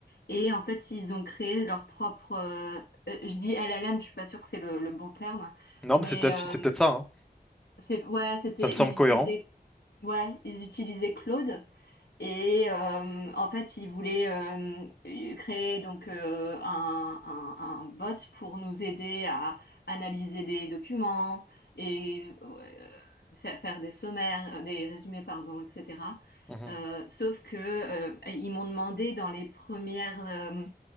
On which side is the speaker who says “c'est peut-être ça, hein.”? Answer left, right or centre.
Centre